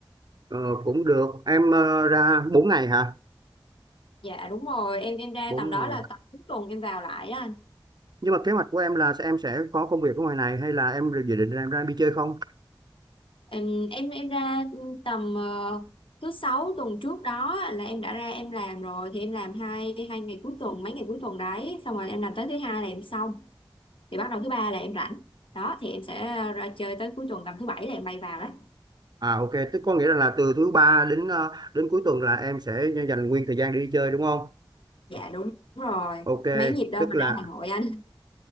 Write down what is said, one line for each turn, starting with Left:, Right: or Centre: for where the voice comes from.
Right: ờ, cũng được em ờ, ra 4 ngày hả
Left: dạ đúng rồi em em ra
Right: bốn
Left: tầm
Right: ngày.
Left: đó là tầm cuối tuần em vào lại đó anh.
Right: nhưng mà kế hoạch của em là em sẽ có công việc ở ngoài này hay là em dự định là em ra em đi chơi không
Left: Em em em ra tầm ờ, thứ sáu tuần trước đó là em đã ra em làm rồi thì em làm hai hai ngày cuối tuần mấy ngày cuối tuần đấy xong rồi em làm tới thứ hai là em xong thì bắt đầu thứ ba là em rảnh đó thì em sẽ ờ, ra chơi tới cuối tuần tầm thứ bảy là em bay vào đấy
Right: à ok tức có nghĩa là, là từ thứ ba đến ờ, đến cuối tuần là em sẽ dành nguyên thời gian để đi chơi đúng không
Left: dạ đúng rồi
Right: ok
Left: mấy nhịp đâu
Right: tức
Left: mà
Right: là
Left: ra Hà Nội anh